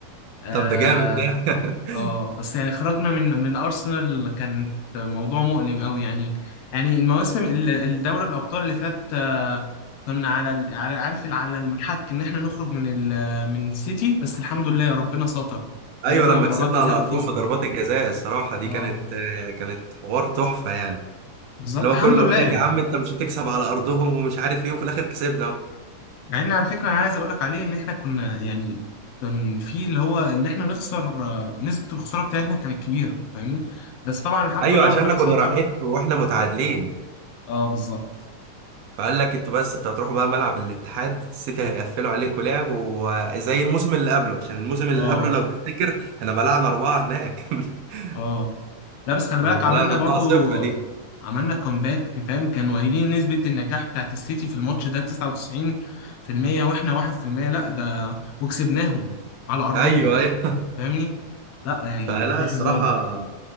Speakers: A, on the left; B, on the right.
A: آه،
B: طب ده جامد ده <laughs>
A: اه بس يعني خرجنا من من ارسنال كان موضوع مؤلم قوي يعني يعني المواسم ال- الدوري الابطال اللي فات آه، كنا على ال- على عارف ال- على المحك ان احنا نخرج من ال من سيتي بس الحمد لله يا ربنا ساتر لعبنا
B: أيوة لما
A: ضربات
B: كسبنا
A: جزاء
B: على
A: وفوزنا
B: أرضهم بضربات الجزاء الصراحة دي
A: اه
B: كانت آه، كانت حوار تحفة يعني
A: بالظبط
B: اللي
A: الحمد
B: هو كله
A: لله
B: يقول لك
A: يعني
B: يا عم انت مش هتكسب على ارضهم ومش عارف ايه وفي الاخر كسبنا اهو
A: مع ان على فكره انا عايز اقول لك عليه ان احنا كنا يعني كان في اللي هو ان احنا نخسر آه، نسبه الخساره بتاعتنا كانت كبيره فاهمني بس طبعا الحمد
B: ايوه
A: لله
B: عشان
A: ربنا
B: احنا كنا
A: ستر
B: رايحين واحنا متعادلين
A: اه بالظبط
B: فقال لك انتوا بس انتوا هتروحوا بقى ملعب الاتحاد السيتي هيقفلوا عليكم لعب وزي الموسم اللي قبله عشان الموسم اللي
A: اه
B: قبله لو تفتكر احنا بلعنا اربعه هناك <laughs>
A: اه لا بس خلي
B: لما
A: بالك
B: بلعنا
A: عملنا
B: 4-0
A: برضو
B: دي
A: عملنا كومباك فاهم كانوا قايلين نسبة النجاح بتاعت السيتي في الماتش ده 99% واحنا 1% لا ده وكسبناهم على أرضهم
B: ايوه ايوه
A: فاهمني؟ لا يعني
B: فلا
A: مفيش
B: الصراحه
A: هزار